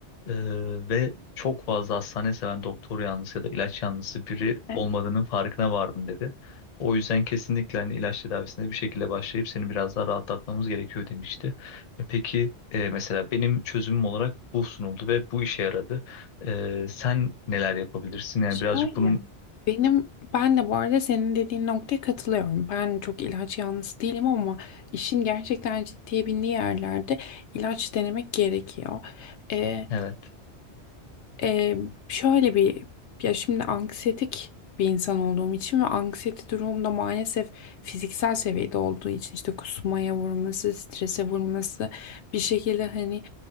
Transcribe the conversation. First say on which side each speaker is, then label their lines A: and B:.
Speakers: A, on the left (about 45°); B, on the left (about 80°).
A: Ee, ve çok fazla hastane seven doktor yanlısı ya da ilaç yanlısı biri
B: E,
A: olmadığının farkına vardım dedi. O yüzden kesinlikle hani ilaç tedavisine bir şekilde başlayıp seni biraz daha rahatlatmamız gerekiyor demişti. E peki e, mesela benim çözümüm olarak bu sunuldu ve bu işe yaradı. E, sen neler yapabilirsin? Yani
B: Şöyle.
A: birazcık bunun
B: Benim ben de bu arada senin dediğin noktaya katılıyorum. Ben çok ilaç yanlısı değilim ama işin gerçekten ciddiye bindiği yerlerde ilaç denemek gerekiyor. E,
A: evet.
B: Ee, şöyle bir ya şimdi anksiyetik bir insan olduğum için ve anksiyete durumum da maalesef fiziksel seviyede olduğu için işte kusmaya vurması, strese vurması bir şekilde hani